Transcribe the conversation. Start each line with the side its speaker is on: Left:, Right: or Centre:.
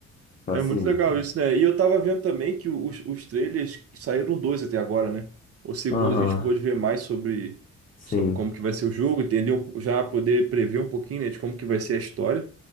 Left: então,
Right: É
Left: assim,
Right: muito legal
Left: pô.
Right: isso, né? E eu tava vendo também que os, os trailers saíram dois até agora, né? O segundo
Left: aham,
Right: a gente pôde ver mais sobre,
Left: sim,
Right: sobre como que vai ser o jogo, entender um- já poder prever um pouquinho, né, de como que vai ser a história,